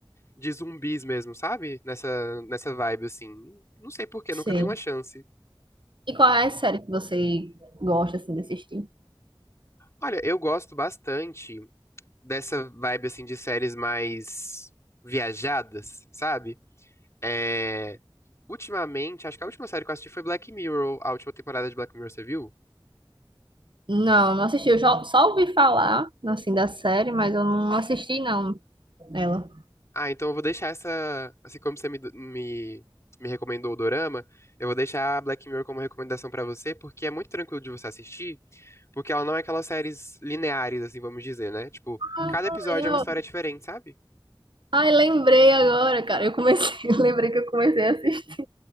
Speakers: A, on the left (about 30°); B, on the right (about 60°).
A: de zumbis mesmo, sabe? Nessa, nessa vibe, assim. Não sei por quê,
B: Sei.
A: nunca dei uma chance.
B: E qual é a série que você gosta, assim, de assistir?
A: Olha, eu gosto bastante dessa vibe, assim, de séries mais viajadas, sabe? É... Ultimamente, acho que a última série que eu assisti foi Black Mirror. A última temporada de Black Mirror, você viu?
B: Não, não assisti. Eu já- só ouvi falar, assim, da série, mas eu não assisti, não, ela.
A: Ah, então eu vou deixar essa. Assim como você me, me, me recomendou o Dorama, eu vou deixar a Black Mirror como recomendação pra você, porque é muito tranquilo de você assistir, porque ela não é aquelas séries lineares, assim, vamos dizer, né? Tipo,
B: Ah,
A: cada episódio
B: eu-
A: é uma história diferente, sabe?
B: Ai, lembrei agora, cara. Eu comecei, <laughs> lembrei que eu comecei a assistir.